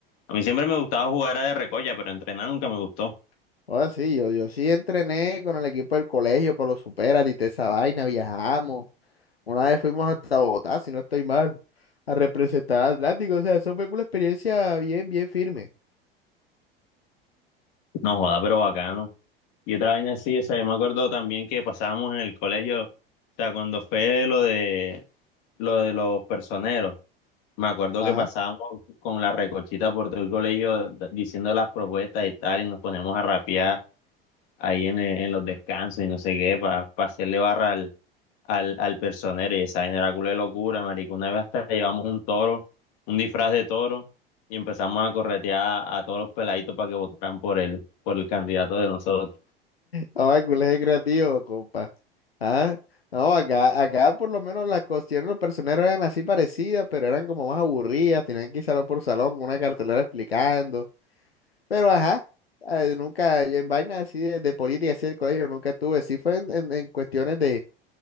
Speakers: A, on the left; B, on the left.
A: A mí siempre me gustaba jugar a de recolla, pero entrenar nunca me gustó.
B: Ahora sí, yo, yo sí entrené con el equipo del colegio para los superas y toda esa vaina, viajamos. Una vez fuimos hasta Bogotá, si no estoy mal, a representar a Atlántico. O sea, eso fue una experiencia bien, bien firme.
A: No joda, pero bacano. Y otra vaina así, o sea, yo me acuerdo también que pasábamos en el colegio, o sea, cuando fue lo de lo de los personeros. Me acuerdo
B: Ajá.
A: que pasábamos con la recochita por todo el colegio d- diciendo las propuestas y tal, y nos poníamos a rapear ahí en, e- en los descansos y no sé qué, para hacerle barra al, al, al personero. Y esa vaina era culo de locura, marico. Una vez hasta llevamos un toro, un disfraz de toro, y empezamos a corretear a todos los peladitos para que votaran por él, por el candidato de nosotros.
B: Ahora, el colegio creativo, compa. Ah, no, acá, acá por lo menos las cuestiones de los personeros eran así parecidas, pero eran como más aburridas, tenían que ir salón por salón con una cartelera explicando. Pero ajá. eh, nunca, yo en vainas así de, de política así del colegio nunca estuve, sí fue en en- en cuestiones de,